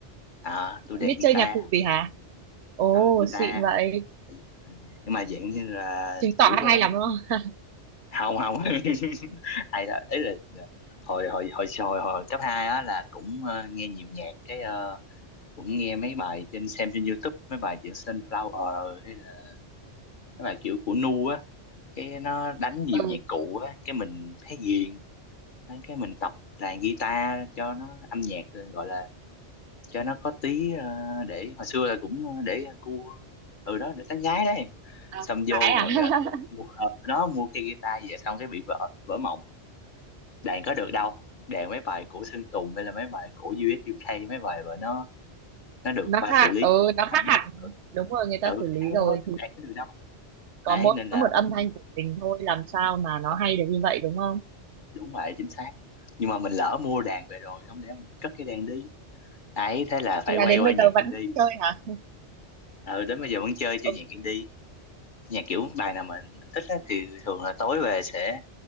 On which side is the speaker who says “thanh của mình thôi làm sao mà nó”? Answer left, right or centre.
Right